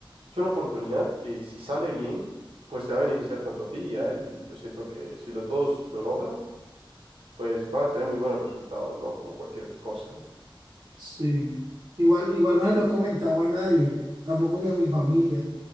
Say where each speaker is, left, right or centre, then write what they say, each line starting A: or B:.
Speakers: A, on the right; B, on the right.
A: es una oportunidad que si sale bien, pues te va a beneficiar tanto a ti y a él. Y yo siento que si los dos lo logran, pues van a tener muy buenos resultados, ¿no? Como cualquier cosa.
B: sí. Igual, igual no se lo he comentado a nadie, tampoco ni a mi familia.